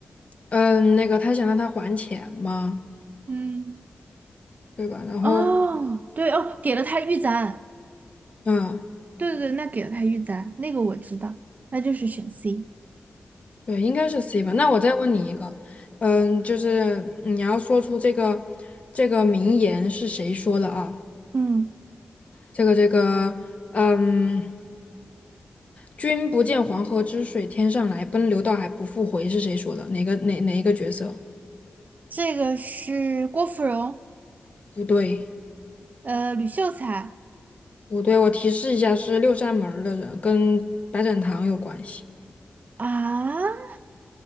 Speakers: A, on the left; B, on the right.
A: 嗯，那个他想让他还钱吗？
B: 嗯，
A: 对吧？然后，
B: 哦，对哦，给了他玉簪，
A: 嗯，
B: 对对对，那给了他玉簪，那个我知道，那就是选 C。
A: 对，应该是 C 吧。那我再问你一个，嗯，就是你要说出这个这个名言是谁说的啊？
B: 嗯，
A: 这个这个，嗯。君不见黄河之水天上来，奔流到海不复回，是谁说的？哪个哪哪一个角色？
B: 这个是郭芙蓉。
A: 不对，
B: 呃，吕秀才
A: 不对，我提示一下，是六扇门儿的人，跟白展堂有关系。
B: 啊，